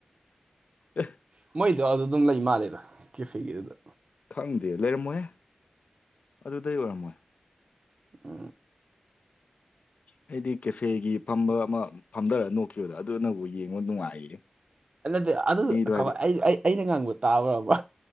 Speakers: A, on the left (about 80°); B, on the right (about 55°).
A: ꯑꯦ
B: ꯎ ꯃꯣꯏꯗꯣ ꯑꯗꯨ ꯑꯗꯨꯝ ꯂꯩ ꯃꯥꯜꯂꯦꯗ ꯀꯦꯐꯦꯒꯤꯗꯨꯗ
A: ꯈꯪꯗꯦ ꯂꯩꯔꯝꯃꯣꯍꯦ ꯑꯗꯨꯗꯩ ꯑꯣꯏꯔꯝꯃꯣꯏ
B: ꯎ
A: ꯑꯩꯗꯤ ꯀꯦꯐꯦꯒꯤ ꯐꯝꯕ ꯑꯃ ꯐꯝꯗꯔ ꯅꯣꯛꯈꯤꯕꯗꯣ ꯑꯗꯨꯅꯕꯨ ꯌꯦꯡꯉꯣ ꯅꯨꯡꯉꯥꯏꯌꯦ
B: ꯗꯤ ꯑꯗꯨ
A: ꯃꯤꯗꯣ ꯍꯥꯏꯗꯤ
B: ꯑꯩꯅ ꯉꯥꯡꯕ ꯇꯥꯕꯔꯕ